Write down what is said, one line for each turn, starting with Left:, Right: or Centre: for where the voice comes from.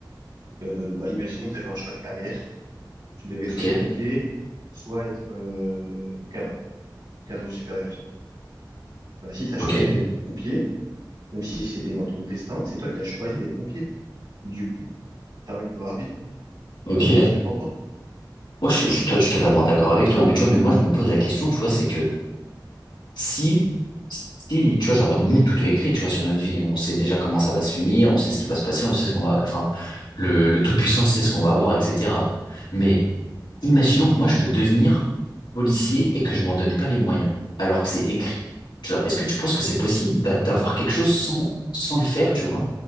Right: euh, bah, imaginons que tu avais un choix de carrière. Tu devais soit
Left: Ok,
Right: être pompier, soit être, euh, cadre, cadre supérieur. Bah, si tu as
Left: ok,
Right: choisi d'être pompier, même si c'était dans ton destin, c'est toi qui as choisi d'être pompier. Du coup, t'as un libre arbitre.
Left: ok.
Right: Bah, dis-moi ce que t'en penses.
Left: Moi, je, suis je suis to- je suis totalement d'accord avec toi, mais tu vois, mais moi je me pose la question, tu vois, c'est que Si, si, tu vois, genre, nous, tout est écrit, tu vois, sur notre vie. On sait déjà comment ça va se finir, on sait ce qui va se passer, on sait ce qu'on va, enfin, le, le Tout-Puissant sait ce qu'on va avoir, etc. Mais imaginons que moi, je veux devenir policier et que je m'en donne pas les moyens, alors que c'est écrit. Tu vois, est-ce que tu penses que c'est possible d'a- d'avoir quelque chose sans, sans le faire, tu vois?